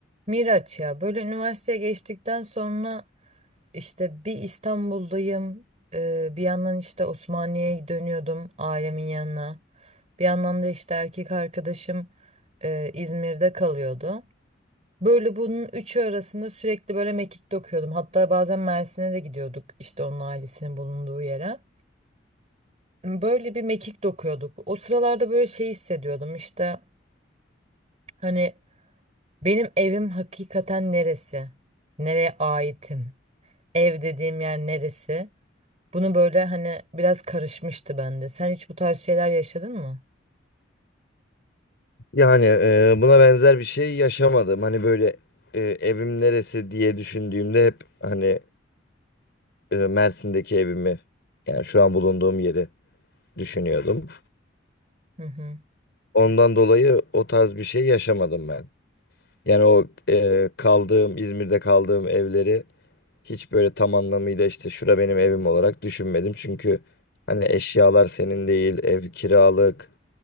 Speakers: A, on the right; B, on the left.
A: Miraç ya böyle üniversiteye geçtikten sonra işte bir İstanbul'dayım e, bir yandan işte Osmaniye'ye dönüyordum ailemin yanına bir yandan da işte erkek arkadaşım e, İzmir'de kalıyordu. Böyle bunun üçü arasında sürekli böyle mekik dokuyordum hatta bazen Mersin'e de gidiyorduk işte onun ailesinin bulunduğu yere. Böyle bir mekik dokuyorduk o sıralarda böyle şey hissediyordum işte hani benim evim hakikaten neresi nereye aitim? Ev dediğim yer neresi? Bunu böyle hani biraz karışmıştı bende. Sen hiç bu tarz şeyler yaşadın mı?
B: Yani e, buna benzer bir şey yaşamadım. Hani böyle e, evim neresi diye düşündüğümde hep hani e, Mersin'deki evimi yani şu an bulunduğum yeri düşünüyordum.
A: Hı hı.
B: Ondan dolayı o tarz bir şey yaşamadım ben. Yani o e, kaldığım İzmir'de kaldığım evleri hiç böyle tam anlamıyla işte şura benim evim olarak düşünmedim. Çünkü hani eşyalar senin değil, ev kiralık.